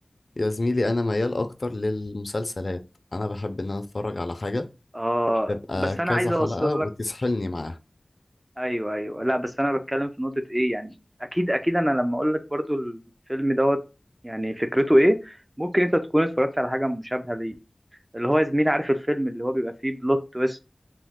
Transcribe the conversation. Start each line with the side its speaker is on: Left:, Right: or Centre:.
Left: يا زميلي انا ميال اكتر للمسلسلات انا بحب ان انا اتفرج على حاجه
Right: اه
Left: تبقى
Right: بس
Left: كذا
Right: انا عايز
Left: حلقه
Right: اوصل
Left: وتسحلني
Right: لك
Left: معاها
Right: ايوه ايوه لا بس انا بتكلم في نقطة ايه يعني اكيد اكيد انا لما اقول لك برضو الفيلم دوت يعني فكرته ايه ممكن انت تكون اتفرجت على حاجة مشابهة ليه اللي هو يا زميلي عارف الفيلم اللي هو بيبقى فيه بلوت تويست